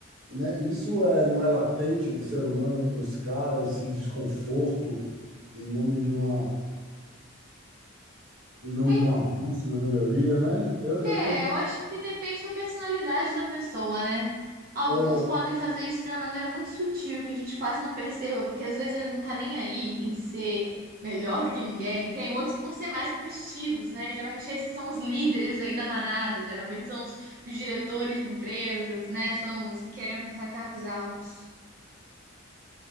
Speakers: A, on the right; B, on the right.
A: né? Isso é, não é latente do ser humano buscar esse desconforto em nome de uma, em nome
B: É,
A: de um avanço na melhoria, né? Eu, eu
B: é,
A: tô,
B: eu acho que depende da personalidade da pessoa, né? Alguns
A: é,
B: podem fazer isso de uma maneira muito sutil, que a gente quase não perceba, porque às vezes ele não tá nem aí em ser melhor do que ninguém. Tem outros que vão ser mais competitivos, né? Geralmente esses são os líderes aí da manada, geralmente são os os diretores de empresas, né? São os que querem alcançar cargos altos.